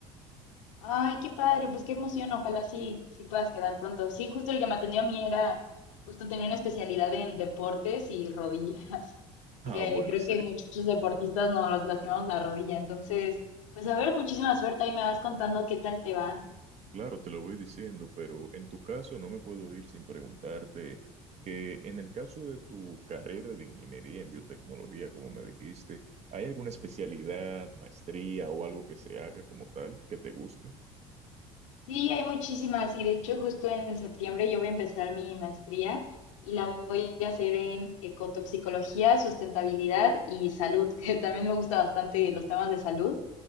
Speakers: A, on the left; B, on the right.
A: Ay, qué padre, pues qué emoción, ojalá sí, sí puedas quedar pronto. Sí, justo el que me atendió a mí era, justo tenía una especialidad en deportes y rodillas, <laughs> porque
B: Ah, bueno,
A: creo
B: sí,
A: que muchos deportistas nos lastimamos la rodilla, entonces, pues a ver, muchísima suerte, ahí me vas contando qué tal te va.
B: claro, te lo voy diciendo, pero en tu caso no me puedo ir sin preguntarte que en el caso de tu carrera de ingeniería en biotecnología, como me dijiste, ¿hay alguna especialidad, maestría o algo que se haga como tal que te guste?
A: Sí, hay muchísimas y de hecho justo en septiembre yo voy a empezar mi maestría y la voy a hacer en ecotoxicología, sustentabilidad y salud, <laughs> que también me gusta bastante los temas de salud.